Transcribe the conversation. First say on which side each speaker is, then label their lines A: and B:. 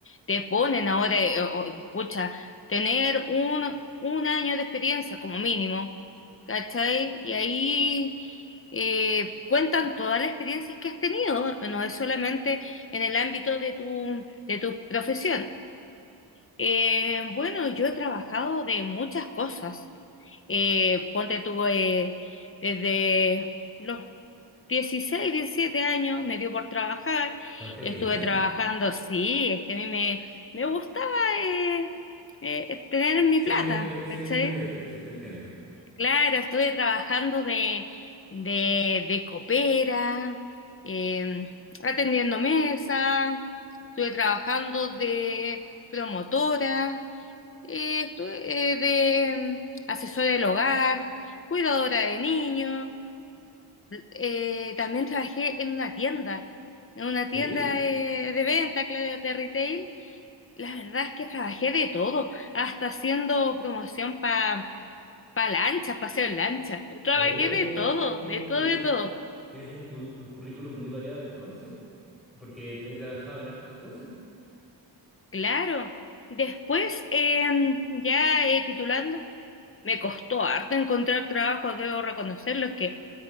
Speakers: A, on the left; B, in the centre.
A: te ponen ahora, eh, o- pucha, tener un, un año de experiencia como mínimo, ¿cachai? Y ahí eh, cuentan todas las experiencias que has tenido, no es solamente en el ámbito de tu, de tu profesión. Eh, bueno, yo he trabajado de muchas cosas. Eh, ponte tú eh, desde los dieciséis diecisiete años, me dio por trabajar,
B: ¿Tan pequeña?
A: estuve trabajando, sí, es que a mí me, me gustaba eh, eh, tener mi
B: Ser
A: plata,
B: independiente, ser
A: ¿cachai?
B: independiente, sí te entiendo.
A: Claro, estuve trabajando de, de, de copera, eh, atendiendo mesa, estuve trabajando de promotora, eh, estuve eh, de mm, asesora del hogar, cuidadora de niños eh, también trabajé en una tienda, en una
B: ¿Sí?
A: tienda de, de venta, claro, de retail. La verdad es que trabajé de todo, hasta haciendo promoción para pa lanchas, paseo en lancha. Trabajé
B: Oh,
A: de todo, de todo,
B: hoy
A: de todo.
B: tienes un, cu- un currículum muy variado entonces, porque he trabajado en hartas cosas.
A: Claro. Después, eh, ya eh, titulando, me costó harto encontrar trabajo, debo reconocerlo, es que